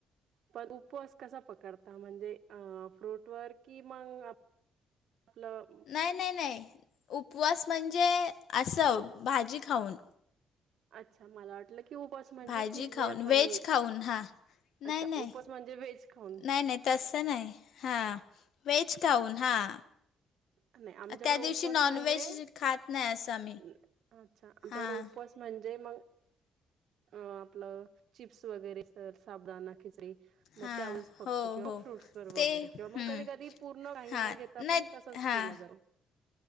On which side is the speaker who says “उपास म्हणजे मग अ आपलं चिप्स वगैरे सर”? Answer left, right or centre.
Right